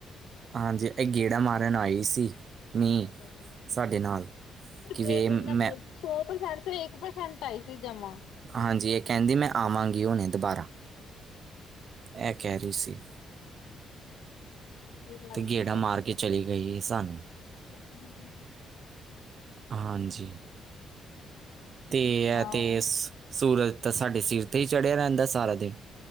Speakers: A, on the right; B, on the left.
A: ਹਾਂਜੀ, ਇਹ ਗੇੜਾ ਮਾਰਨ ਆਈ ਸੀ। ਮੀਂਹ
B: ਸਹੀ ਗੱਲ ਏ।
A: ਸਾਡੇ ਨਾਲ,
B: ਸਿਰਫ
A: ਕਿਜੇ
B: ਇੱਕ
A: ਮੈਂ
B: ਨੱਬੇ ਸੌ ਪ੍ਰਸੈਂਟ ਤੇ ਇੱਕ ਪ੍ਰਸੈਂਟ ਆਈ ਸੀ ਜਮਾਂ।
A: ਹਾਂਜੀ, ਇਹ ਕਹਿੰਦੀ ਮੈਂ ਆਵਾਂਗੀ ਹੁਣੇ ਦੁਬਾਰਾ। ਐਹ ਕਹਿ ਰਹੀ ਸੀ।
B: ਸਹੀ ਗੱਲ
A: ਤੇ ਗੇੜਾ
B: ਏ।
A: ਮਾਰ ਕੇ ਚਲੀ ਗਈ ਏ ਸਾਨੂੰ।
B: <inaudible>
A: ਹਾਂਜੀ।
B: <inaudible>
A: ਤੇ ਐ
B: ਆਹੋ
A: ਤੇ ਸੂਰਜ ਤਾਂ ਸਾਡੇ ਸਿਰ ਤੇ ਹੀ ਚੜਿਆ ਰਹਿੰਦਾ ਸਾਰਾ ਦਿਨ।